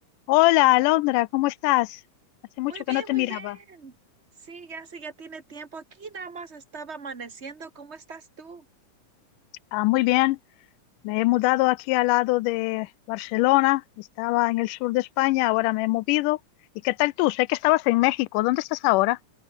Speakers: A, on the left; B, on the right.
A: Hola, Alondra, ¿cómo estás? Hace mucho
B: Muy bien,
A: que no te
B: muy
A: miraba.
B: bien. Sí, ya sí, ya tiene tiempo. Aquí nada más estaba amaneciendo. ¿Cómo estás tú?
A: Ah, muy bien, me he mudado aquí al lado de Barcelona, estaba en el sur de España, ahora me he movido. ¿Y qué tal tú? Sé que estabas en México, ¿dónde estás ahora?